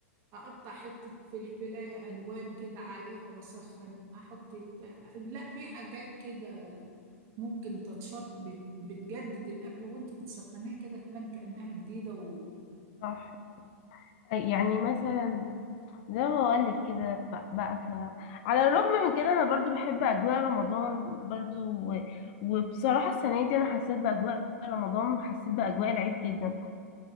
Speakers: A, on the right (about 40°); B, on the left (about 45°).
A: اقطع حتة فلفلاية الوان كده عليها واسخن احط تا- لا في حاجات كده ممكن تتشط بت- بتجدد الأكلة وانت بتسخنيها كده تبان كأنها جديدة و...
B: صح يعني مثلا زي ما بقولك كده ف- بقى ف... على الرغم من كده انا برضو بحب اجواء رمضان برضو و... وبصراحة السنة دي انا حسيت باجواء رمضان وحسيت باجواء العيد جدا